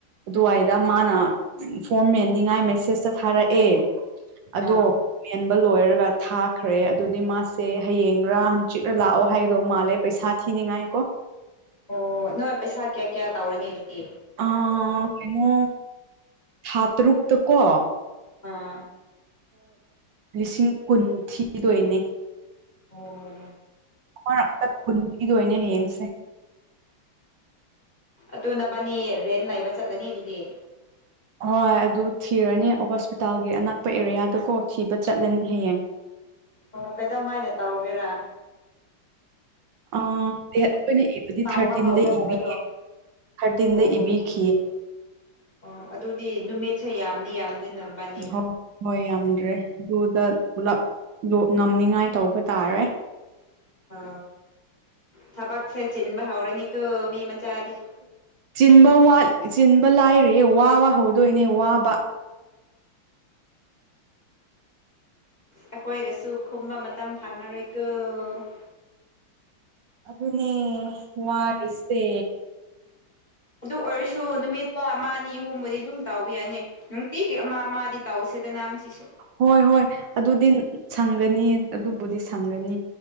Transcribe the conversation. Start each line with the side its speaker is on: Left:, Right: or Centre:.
Right: ꯑꯗꯨꯋꯥꯏꯗ ꯃꯥꯅ ꯐꯣꯔ ꯃꯦꯟꯅꯤꯉꯥꯏ ꯃꯦꯁꯦꯁꯇ ꯊꯥꯔꯛꯑꯦ ꯑꯗꯣ
Left: ꯑꯥ
Right: ꯃꯦꯟꯕ ꯂꯣꯏꯔꯒ ꯊꯥꯈ꯭ꯔꯦ ꯑꯗꯨꯗꯤ ꯃꯥꯁꯦ ꯍꯌꯦꯡꯒꯔ ꯍꯪꯆꯤꯛꯔ ꯂꯥꯛꯑꯣ ꯍꯥꯏꯗꯣ ꯃꯥꯜꯂꯦ ꯄꯩꯁꯥ ꯊꯤꯅꯤꯡꯉꯥꯏ ꯀꯣ
Left: ꯑꯣ ꯅꯣꯏ ꯄꯩꯁꯥ ꯀꯌꯥ ꯀꯌꯥ ꯇꯧꯔꯅꯤ ꯑꯗꯨꯗꯤ
Right: ꯑꯥ ꯀꯩꯅꯣ ꯊꯥꯇꯔꯨꯛꯇꯀꯣ
Left: ꯑꯥ
Right: ꯂꯤꯁꯤꯡ ꯀꯨꯟ ꯊꯤꯗꯣꯏꯅꯦ
Left: ꯑꯣ
Right: ꯑꯃꯔꯛꯇ ꯀꯨꯟ ꯄꯤꯗꯣꯏꯅꯦ ꯍꯌꯦꯡꯁꯦ
Left: ꯑꯗꯨ ꯅꯥꯕꯅꯤ ꯔꯦꯟ ꯂꯩꯕ ꯆꯠꯂꯅꯤ ꯑꯗꯨꯗꯤ
Right: ꯍꯣꯏ ꯑꯗꯨ ꯊꯤꯔꯅꯤ ꯍꯣꯁꯄꯤꯇꯥꯜꯒꯤ ꯑꯅꯛꯄ ꯑꯦꯔꯤꯌꯥꯗꯨꯀꯣ ꯊꯤꯕ ꯆꯠꯂꯅꯤ ꯍꯌꯦꯡ
Left: ꯑꯣ ꯀꯩꯗꯧꯉꯩꯒ ꯇꯧꯒꯦꯔꯥ
Right: ꯑꯥ ꯗꯦꯠ ꯑꯩꯈꯣꯏꯅ ꯏꯕꯗꯤ
Left: ꯇꯥꯎꯕ
Right: ꯊꯥꯔꯇꯤꯟꯗ
Left: ꯍꯧꯒꯗꯕꯗꯣ
Right: ꯏꯕꯤꯌꯦ ꯊꯥꯔꯇꯤꯟꯗ
Left: ꯑꯣ
Right: ꯏꯕꯤꯈꯤꯌꯦ
Left: ꯑꯣ ꯑꯗꯨꯗꯤ ꯅꯨꯃꯤꯠꯁꯦ ꯌꯥꯝꯗꯤ ꯌꯥꯝꯗꯦ ꯅꯕꯥꯅꯤ
Right: ꯍꯣꯏ ꯍꯣꯏ ꯌꯥꯝꯗ꯭ꯔꯦ ꯑꯗꯨꯗ ꯄꯨꯂꯞ ꯉꯝꯅꯤꯉꯥꯏ ꯇꯧꯕ ꯇꯥꯔꯦ
Left: ꯑ ꯊꯕꯛꯁꯦ ꯆꯤꯟꯕ ꯍꯧꯔꯅꯤꯀꯣ ꯃꯤ ꯃꯆꯥꯗꯤ
Right: ꯆꯤꯟꯕ ꯋꯥꯠ ꯆꯤꯟꯕ ꯂꯥꯏꯔꯤꯌ‌ꯦ ꯋꯥꯕ ꯍꯧꯗꯣꯏꯅꯦ ꯋꯥꯕ
Left: ꯑꯩꯈꯣꯏꯒꯁꯨ ꯈꯨꯝꯕ ꯃꯇꯝ ꯐꯪꯉꯔꯣꯏꯀ‌ꯣ
Right: ꯑꯗꯨꯅꯦ ꯋꯥꯔꯤꯁꯦ
Left: ꯑꯗꯨ ꯑꯣꯏꯔꯁꯨ ꯅꯨꯃꯤꯠꯇ ꯑꯃꯥ ꯑꯅꯤ ꯑꯍꯨꯝꯕꯨꯗꯤ ꯑꯗꯨꯝ ꯇꯥꯎꯕ ꯌꯥꯅꯤ ꯅꯨꯡꯇꯤꯒꯤ ꯑꯃꯥ ꯑꯃꯥꯗꯤ ꯇꯥꯎꯁꯦꯗ ꯅꯪ ꯁꯤꯁꯨ
Right: ꯍꯣꯏ ꯍꯣꯏ ꯑꯗꯨꯗꯤ ꯁꯪꯒꯅꯤ ꯑꯗꯨꯕꯨꯗꯤ ꯁꯪꯒꯅꯤ